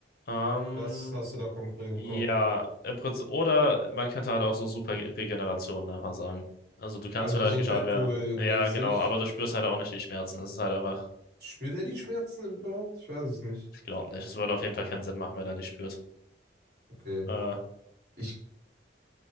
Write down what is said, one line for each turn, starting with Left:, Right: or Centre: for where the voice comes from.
Left: Ähm,
Right: was hast du da konkret im
Left: Ja,
Right: Kopf?
Left: im Prinzip, oder man könnte halt auch so super Regeneration einfach sagen. Also du kannst
Right: Also
Left: vielleicht
Right: so
Left: geschadet
Right: Deadpool-mäßig.
Left: werden. Ja, genau, aber du spürst halt auch nicht die Schmerzen. Das ist halt einfach,
Right: Spürt er die Schmerzen überhaupt? Ich weiß es nicht.
Left: ich glaube nicht. Es würde auf jeden Fall keinen Sinn machen, wenn er die spürt.
Right: Okay.
Left: Äh,
Right: Ich,